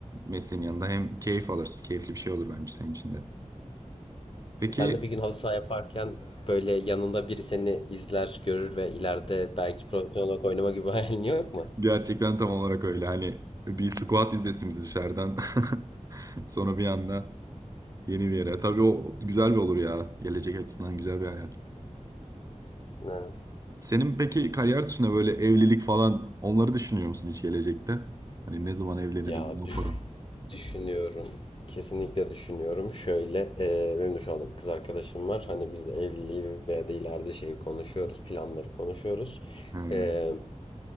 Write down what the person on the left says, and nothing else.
Sen de bir gün halı saha yaparken böyle yanında biri seni izler, görür ve ileride belki profesyonel olarak oynama gibi <laughs> bir hayalin yok mu?
Evet.
Ya
Düşünüyorum. Kesinlikle düşünüyorum. Şöyle e, benim de şu anda bir kız arkadaşım var. Hani biz de evliliği veya da ileride şeyi konuşuyoruz. Planları konuşuyoruz.
E,